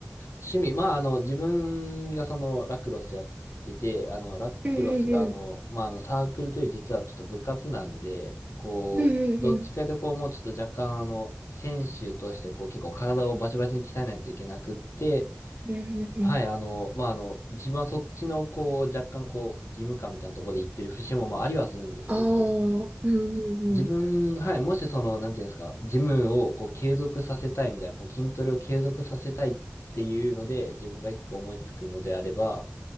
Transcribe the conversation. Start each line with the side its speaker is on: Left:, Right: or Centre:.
Left: 趣味。まあ、あの、自分がその、ラクロスやってて、あの、ラクロスがあの、
Right: うんうんうん。
Left: まあ、あの、サークルというより実はちょっと部活なんで、こう、
Right: うんうんうん。
Left: どっちかというとこう、もうちょっと若干あの、選手としてこう、結構体をバチバチに鍛えないといけなくって、
Right: うんうんうん。
Left: はい、あの、まあ、あの、自分はそっちの、こう、若干、こう、義務感みたいなところで言ってる節も、まあ、ありはするんですけど、
Right: ああ、うんうんうん。
Left: 自分、はい、もしその、なんていうんですか、ジムを、こう、継続させたいみたいな、こう、筋トレを継続させたいっていうので、自分が一個思いつくのであれば、